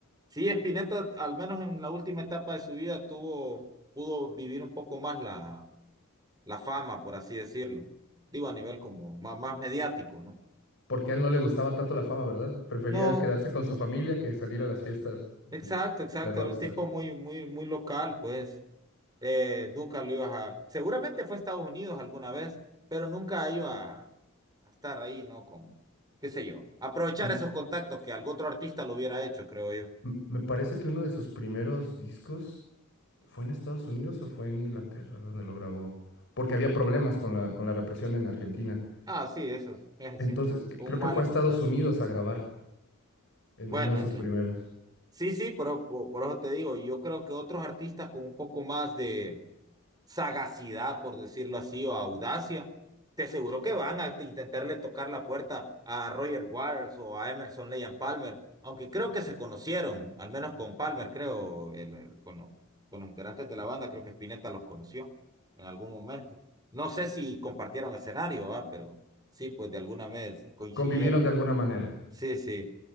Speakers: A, on the right; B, on the left.
A: Sí, Spinetta, al menos en la última etapa de su vida, tuvo, pudo vivir un poco más la, la fama, por así decirlo. Digo, a nivel como má- más, mediático, ¿no?
B: Porque a él no le gustaba tanto la fama, ¿verdad? Prefería
A: No,
B: quedarse con su familia que salir a las fiestas
A: exacto, exacto.
B: de rockstar.
A: Era un tipo muy, muy, muy local, pues. Eh, nunca lo ibas a. Seguramente fue a Estados Unidos alguna vez, pero nunca iba a estar ahí, ¿no? Con, qué sé yo. Aprovechar
B: M-
A: esos contactos que algún otro artista lo hubiera hecho, creo yo.
B: m- me parece que uno de sus primeros discos fue en Estados Unidos o fue en Inglaterra donde lo grabó, porque había problemas con la, con la represión en Argentina.
A: Ah, sí, eso es,
B: Entonces,
A: <laughs> sí,
B: cre-
A: un
B: creo
A: mal.
B: que fue a Estados Unidos a grabar en
A: Bueno,
B: uno de sus
A: entonces.
B: primeros.
A: Sí, sí, pero po- por, eso te digo, yo creo que otros artistas con un poco más de sagacidad, por decirlo así, o audacia, te aseguro que van a t- intentarle tocar la puerta a Roger Waters o a Emerson Leigh Palmer, aunque creo que se conocieron, al menos con Palmer, creo, el- el- con, lo- con los integrantes de la banda, creo que Spinetta los conoció en algún momento. No sé si compartieron escenario, ah, pero sí, pues de alguna vez coincidieron.
B: Convivieron de alguna manera,
A: Sí, sí.